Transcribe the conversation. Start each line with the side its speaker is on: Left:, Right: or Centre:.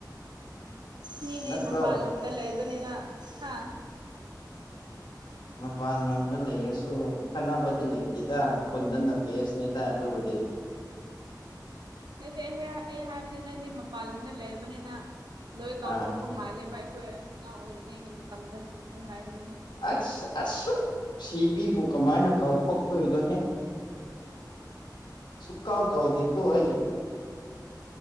Right: ꯃꯤꯗꯤ
Left: ꯅꯠꯇ꯭ꯔꯣ
Right: ꯃꯄꯥꯜ ꯂꯝꯗ ꯂꯩꯕꯅꯤꯅ ꯍꯥ
Left: ꯃꯄꯥꯟꯂꯣꯝꯗ ꯂꯩꯔꯁꯨ ꯈꯠꯅꯕꯗꯤ ꯂꯩꯇꯦꯗ ꯈꯨꯟꯗꯅ ꯕꯦꯁꯅꯤꯗ ꯑꯗꯨꯕꯨꯗꯤ
Right: ꯅꯠꯇꯦ <unintelligible> ꯑꯩ ꯍꯥꯏꯕꯗꯤ ꯅꯪꯗꯤ ꯃꯄꯥꯟ ꯂꯝꯗ ꯂꯩꯕꯅꯤꯅ ꯂꯣꯏ ꯀꯥꯎꯊꯣꯛꯄ
Left: ꯑꯥ
Right: ꯃꯥꯜꯂꯦꯕ ꯑꯩꯈꯣꯏ ꯑꯉꯥꯡ ꯑꯣꯏꯔꯤꯉꯩꯒꯤ ꯃꯇꯝꯗꯣ ꯑꯗꯨ ꯍꯥꯏꯕꯅꯤꯗ
Left: ꯑꯁ ꯑꯁꯨꯛ ꯅꯨꯡꯁꯤꯕꯤꯕꯨ ꯀꯃꯥꯏꯅ ꯀꯥꯎꯊꯣꯛꯇꯣꯏꯅꯣꯍꯦ ꯁꯨꯀꯥꯎ ꯀꯥꯎꯗꯦꯀꯣ ꯑꯩꯩ